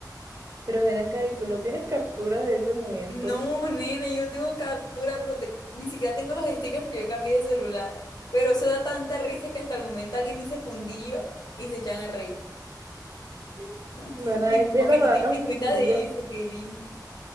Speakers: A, on the right (about 50°); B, on the left (about 75°).
A: Pero ven acá, ¿y tú no tienes captura de ese momento?
B: No, nena, yo no tengo captura, pero te- ni siquiera tengo los stickers porque yo cambié de celular. Pero eso da tanta risa que hasta el momento alguien dice fundillo y se echan a reír.
A: No
B: <laughs>
A: Nona
B: Y
A: de
B: como
A: pie,
B: que
A: la
B: no
A: palabra
B: te diste
A: se
B: cuenta
A: fundió.
B: de eso, Kelly.